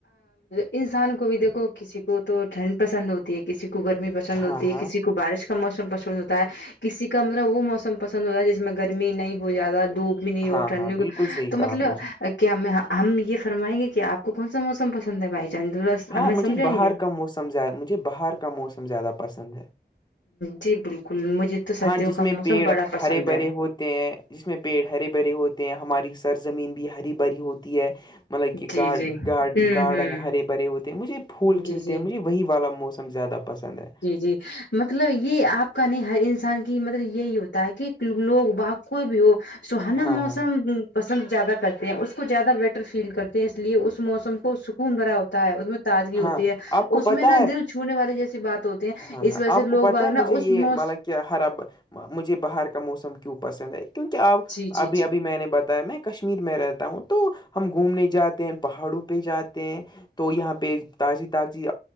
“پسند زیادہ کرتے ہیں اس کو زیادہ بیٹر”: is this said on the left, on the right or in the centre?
Left